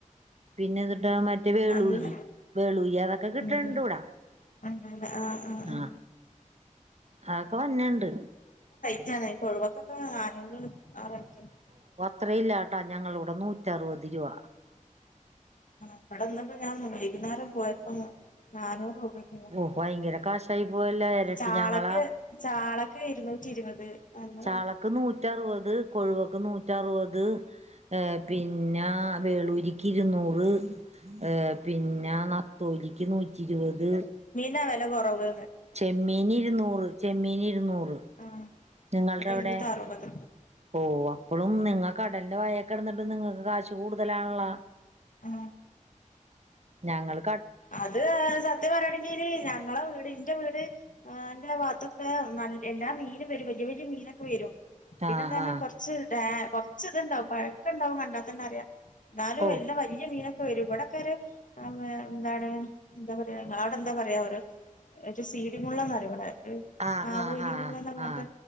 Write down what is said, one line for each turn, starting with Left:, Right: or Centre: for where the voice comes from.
Right: പിന്നെ <unintelligible> മറ്റേ വേളൂരി
Left: നല്ല
Right: വേളൂരി അതൊക്കെ കിട്ടണ്ട്
Left: ഉം
Right: ഇവിടെ
Left: ഉണ്ടല്ലേ ആഹ് ആഹ് ആഹ്
Right: ആ അതൊക്കെ വരുന്നുണ്ട്
Left: <unintelligible> കൊഴുവാക്ക നാനൂറ് ആ റേറ്റുണ്ട്.
Right: ഇത്രയില്ലാട്ടോ ഞങ്ങളിവിടെ നൂറ്റ് റ്ററുപത് രൂപ
Left: ഇവടെന്നിട്ട് ഞൻ വൈകുന്നേരം പോയപ്പോ നാനൂറ് രൂപക്ക്
Right: ഓ ഭയങ്കര കാശായി പോയല്ലോ ഇരട്ടി
Left: ചാളക്ക്
Right: ഞങ്ങളാ
Left: ചാളക്ക് ഇരുന്നൂറ്റി ഇരുപത് അങ്ങനെ
Right: ചാളക്ക് നൂ നൂറ്ററുപത് കൊഴുവക്ക് നൂറ്ററുപത് ഏ പിന്നെ ആ വേളൂരിക്ക് ഇരുന്നൂറ് ഏ പിന്നെ നത്തോലിക്ക് നൂറ്റി ഇരുപത്
Left: നാ വില കുറവ്
Right: ചെമ്മീൻ ഇരുന്നൂറ് ചെമ്മീൻ ഇരുന്നൂറ്
Left: ആഹ്
Right: നിങ്ങളുടെ
Left: ഇവിടെ
Right: അവിടെ
Left: ഇരുന്നൂറ്റി അറുപത്
Right: ഓ അപ്പഴും നിങ്ങൾക്ക് കടലിന്റെ വായെകിടന്നിട്ട് നിങ്ങക്ക് കാശ് കൂടു തലാണല്ലോ
Left: ആ
Right: ഞങ്ങള്
Left: അത് സത്യം പറയാണെങ്കിൽ ഇനി ഞങ്ങളെ വീട് എന്റെ വീട്ന്റെ ഭാഗത്തൊക്കെ നല്ല എല്ലാ മീനും വരും വലിയ വലിയ മീനൊക്കെ വരും പിന്നെ
Right: ആഹ്
Left: എന്താണ്
Right: ആഹ്
Left: കൊറച്ച്ട്ടാ കുറച്ച് ഇതുണ്ടാവും പഴക്കം ഉണ്ടാവും കണ്ടാ തന്നെ അറിയാം എന്നാലും
Right: ഓ
Left: എല്ലാം വലിയ മീന ഒരു ഇവിടൊക്കെ ഒരു എന്താണ് എന്താ പറയാ അവിടെ എന്താ പറയാ ഒരു സീടിമുള്ളന്നയിവിടെ
Right: ആഹ്
Left: ആവോലിമുള്ളെന്നു
Right: ആഹ് ആഹ്
Left: പറഞ്ഞിട്ട്
Right: ആഹ്